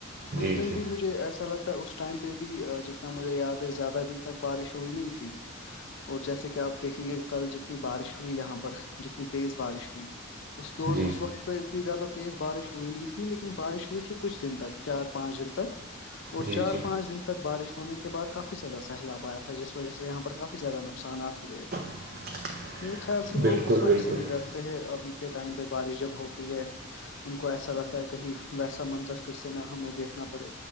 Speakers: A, on the right; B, on the left.
A: جی
B: اس دن
A: جی
B: بھی مجھے ایسا لگتا ہے اس- اس ٹائم پہ بھی جتنا مجھے یاد ہے زیادہ دن تک بارش ہوئی نہیں تھی اور جیسے کہ اپ دیکھیں گے کل جتنی بارش ہوئی یہاں پر جتنی تیز بارش ہوئی- اس دور
A: جی
B: اس وقت پہ اتنی زیادہ تیز بارش ہوئی نہیں تھی لیکن بارش ی کچھ دن تک چار پانچ دن تک اور
A: جی
B: چار
A: جی
B: پانچ دن تک- تک بارش ہونے کے بعد کافی زیادہ سیلاب آیا تھا جس وجہ سے یہاں پر کافی زیادہ نقصانات ہوئے-
A: <inaudible>
B: میرے خیال سے
A: بالکل
B: لوگ اس وجہ
A: بالکل
B: سے بھی ڈرتے- ابھی کے ٹائم پہ بارش جب ہوتی ہے ان کو ایسا لگتا ہے کہیں- ویسا منظر پھر سے نہ ہمیں دیکھنا پڑے